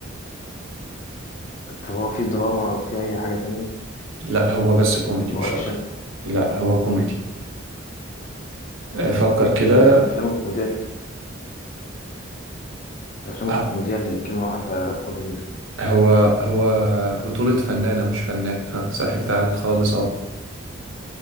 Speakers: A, on the left; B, on the right.
A: طب هو في دراما أو في أي حاجة تانية
B: لا هو بس كوميدي
A: أو
B: مش
A: أكشن؟
B: اكتر لا هو كوميدي آه، فكر كده
A: أصل الأفلام الكوميدية الأفلام
B: آه،
A: الكوميدية اللي يمكن واحدة قليلة
B: هو هو بطولة فنانة مش فنان ها سهلت عليك خالص اهو